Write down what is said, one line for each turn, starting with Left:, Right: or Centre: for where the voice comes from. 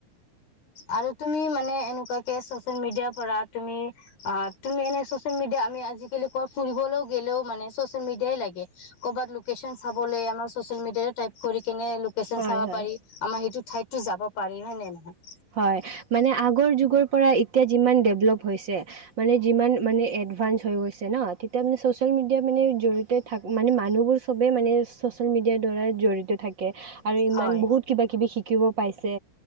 Left: আৰু তুমি মানে এনেকুৱাকে চ'চিয়াল মিডিয়াৰ পৰা তুমি আ তুমি এনে চ'চিয়াল মিডিয়া আমি আজিকালি কোৱা ফুৰিবলৈ গ'লেও মানে চচিয়াল মিডিয়াই লাগে কোবাত লোকেচন চাবলে আমাৰ চ'চিয়াল মিডিয়াৰে টাইপ কৰি কিনে লোকেচন
Right: হয়
Left: চাব
Right: হয়
Left: পাৰি আমাৰ সেইটো ঠাইত যাব পাৰি হয় নে নহয়।
Right: হয় মানে আগৰ যুগৰ পৰা এতিয়া যিমান ডেভলপ হৈছে মানে যিমান মানে এডভান্স হৈ গৈছে ন' তেতিয়া মানে চচিয়াল মিডিয়া মানে জড়িত মানে মানুহবোৰ চবে মানে চ'চিয়াল মিডিয়াৰ দ্বাৰা জড়িত থাকে। আৰু ইমান
Left: হয়
Right: বহুত কিবা কিবি শিক শিকিব পাইছে,